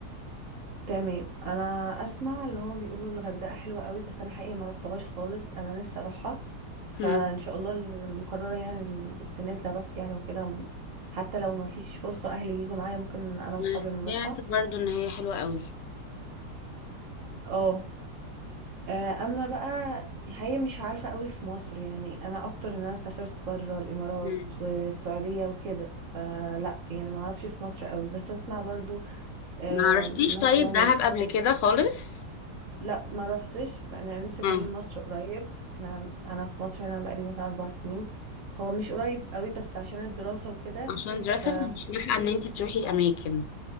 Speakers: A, on the right; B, on the left.
A: تمام انا اسمع اللي هو بيقولوا الغردقه حلوه قوي بس انا حقيقي ما رحتهاش خالص انا نفسي اروحها فان
B: هم.
A: شاء الله المقرره يعني السنه دي اروح يعني وكده حتى لو ما فيش فرصه اهلي يجوا معايا ممكن انا واصحابي
B: أنا
A: نروحها
B: سمعت برضو ان هي حلوه قوي
A: اه آه، اما بقى هي مش عارفه قوي في مصر يعني انا اكتر ان انا سافرت بره الامارات
B: هم.
A: والسعوديه وكده فلا يعني ما اعرفش في مصر قوي بس اسمع برضو آه،
B: ما رحتيش
A: مثلا
B: طيب دهب قبل كده خالص
A: لا ما روحتش بقى انا لسه
B: اه
A: جايين مصر قريب احنا انا في مصر هنا بقالي مثلا اربع سنين هو مش قريب قوي بس عشان الدراسة وكده
B: عشان دراسه
A: ف
B: فمش لاحقه ان انت تروحي اماكن